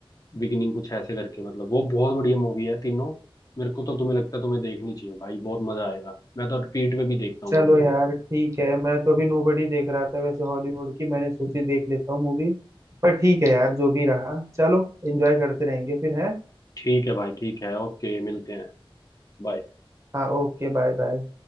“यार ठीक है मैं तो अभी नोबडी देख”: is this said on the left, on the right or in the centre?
Right